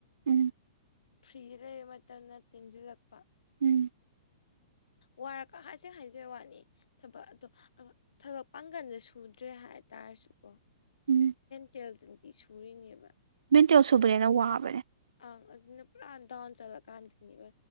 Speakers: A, on the right (about 85°); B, on the left (about 85°).
A: ꯎꯝ
B: ꯐ꯭ꯔꯤ ꯂꯩꯕ ꯃꯇꯝꯅ ꯇꯤꯟꯖꯤꯜꯂꯛꯄ
A: ꯎꯝ
B: ꯋꯥꯔꯛꯀ ꯍꯥꯏꯁꯦ ꯍꯥꯏꯖ ꯋꯥꯅꯤ ꯊꯕꯛ ꯑꯗꯣ ꯑ ꯊꯕꯛ ꯄꯥꯡꯒꯜꯖꯦ ꯁꯨꯗ꯭ꯔꯦ ꯍꯥꯏꯇꯥꯔꯁꯨꯀꯣ
A: ꯎꯝ
B: ꯇꯦꯜꯗꯪꯗꯤ ꯁꯨꯔꯤꯅꯦꯕ
A: ꯕꯤꯟꯇꯦꯜ ꯁꯨꯕꯅꯦꯅ ꯋꯥꯕꯅꯦ
B: ꯑꯪ ꯑꯗꯨꯅ ꯄꯨꯔꯥ ꯗꯥꯎꯟ ꯆꯠꯂꯀꯥꯟꯗꯅꯦꯕ